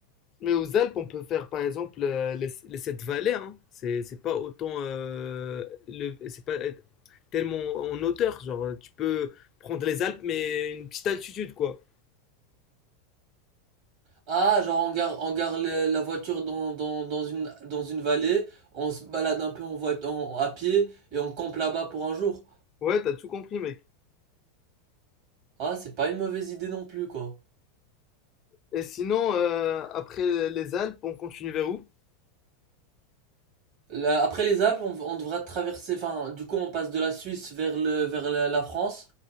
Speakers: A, on the left (about 35°); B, on the right (about 50°).
A: Mais aux Alpes, on peut faire par exemple euh, les, les sept vallées. Hein. C'est c'est pas autant, euh, le- c'est pas être tellement en hauteur. Genre, euh, tu peux prendre les Alpes, mais une petite altitude, quoi.
B: ah, genre, on gare, on gare la, la voiture dans, dans, dans une, dans une vallée, on se balade un peu en voit, en- à pied et on campe là-bas pour un jour.
A: Ouais, t'as tout compris, mec.
B: Ah, c'est pas une mauvaise idée non plus, quoi.
A: Et sinon, euh, après les Alpes, on continue vers où?
B: Là, après les Alpes, on, on devra traverser, enfin, du coup, on passe de la Suisse vers le, vers la, la France.